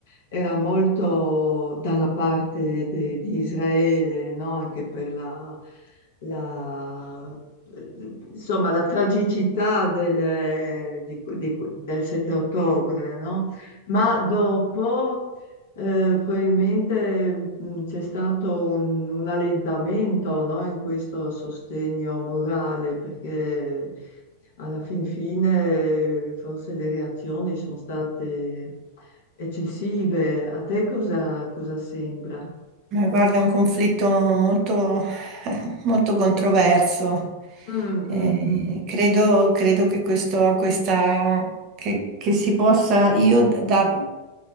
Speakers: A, on the left; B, on the right.
A: era molto dalla parte de- di Israele, no? Anche per la, la- insomma, la tragicità del, di- di- del 7 ottobre, no? Ma dopo... eh, probabilmente mh, c'è stato un, un allentamento, no, in questo sostegno morale, perché alla fin fine forse le reazioni sono state eccessive. A te cosa, cosa sembra?
B: Ma guarda, è un conflitto molto, <laughs> molto controverso.
A: Mm,
B: Eh,
A: mm, mm.
B: credo, credo che questo, questa, che, che si possa, io da